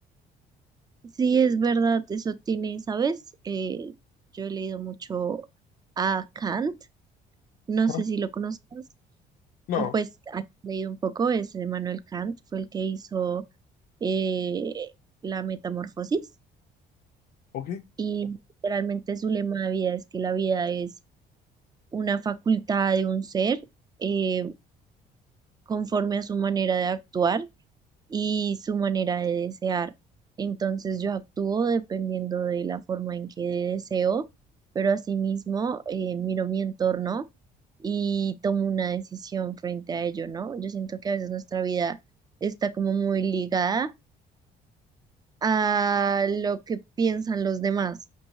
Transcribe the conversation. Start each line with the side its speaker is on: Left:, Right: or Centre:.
Right: Sí, es verdad, eso tiene, ¿sabes? Eh, yo he leído mucho a Kant, no
Left: Ajá.
Right: sé si lo conozcas,
Left: No,
Right: o pues he leído un poco, es Immanuel Kant, fue el que hizo eh, la metamorfosis
Left: Ok,
Right: y literalmente su lema de vida es que la vida es una facultad de un ser eh, conforme a su manera de actuar y su manera de desear. Entonces yo actúo dependiendo de la forma en que deseo, pero asimismo eh, miro mi entorno y tomo una decisión frente a ello, ¿no? Yo siento que a veces nuestra vida está como muy ligada a lo que piensan los demás